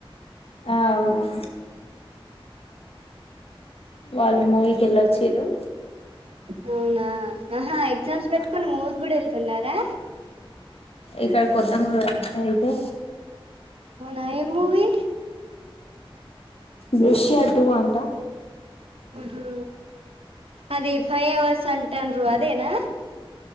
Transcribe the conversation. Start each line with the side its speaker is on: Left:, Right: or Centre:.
Left: ఆ అవునవును వాళ్ళు మూవీకి వెళ్ళొచ్చిర్రు
Right: ఊ అవునా ఆహా ఎగ్జామ్స్ బెట్టుకొని
Left: ఆ
Right: మూవీస్ కూడా వెళ్ ఉన్నారా
Left: ఏక కొత్త మూ రా హతా
Right: అవునా ఏ మూవి
Left: దృశ్య టూ అంట
Right: ఆహా అది ఫైవ్ అవర్స్ అంటన్రు అదేనా